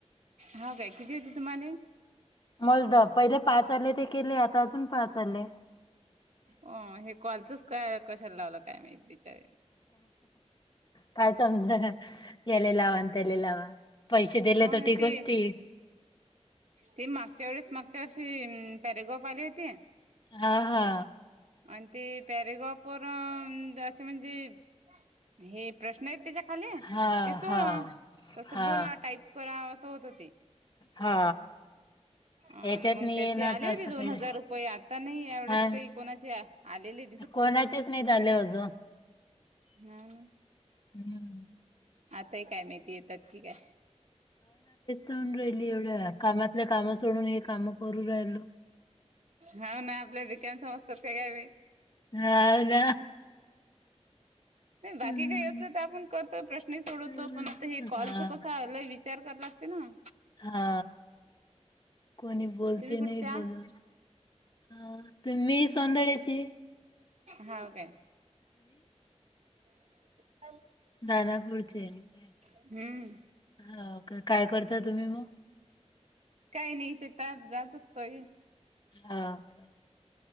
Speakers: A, on the right; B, on the left.
A: हा काय किती होते तुम्हाला?
B: मलदा पहिले पाच आले ते केले आता अजून पाच आले.
A: हो हे कॉलचच काय कशाला लावलं काय माहित बिचारेने
B: काय समजना यालेलावा त्याले लावा पैसे दिले
A: हाव
B: तर
A: ना
B: ठीक
A: ते
B: असतील
A: ते मागच्या वेळेस मागच्या वर्षशी पॅरेगाफ आली होती.
B: हा हा
A: आणि ते पॅरेगॉप वर असे म्हणजे हे प्रश्न आहेत त्याच्या खाले
B: हा
A: ते सोडवा
B: हा
A: तस
B: हा
A: बोला टाईप करा असं होत ते
B: हा.
A: अ
B: याच्यात
A: मग
B: नाही
A: त्याचे
B: ये ना आता
A: आले होते
B: असं
A: दोन
B: काही
A: हजार रुपये, आता नाही एवढेच
B: हा
A: काही कोणाचे आलेले
B: कोणाचेच नाही झाले अजून.
A: हा ना
B: हम्म.
A: आता ह काय माहिती येतात कि काय?
B: न राहिली एवढ्या कामातल्या काम सोडून हे काम करू राहिलो
A: हाव ना, आपल्या रिकामे समस्ता काय ते?
B: हाव ना.
A: बाकी
B: हम्म.
A: काही असल तर आपण करतोय, प्रश्नही सोडवतो,
B: हा
A: पण आता हे कॉलच कस आ विच विचार कर लागते ना.
B: हा कोणी बोलते,
A: तुम्ही कुठच्या?
B: नाही बोल हा तर मी सोंदड्याची,
A: हाव काय <unintelligible>
B: दनापूरचे आम्ही.
A: हम्म.
B: हाव का? काय करता तुम्ही म.
A: काही नाही शेत जात असतोय.
B: हो काय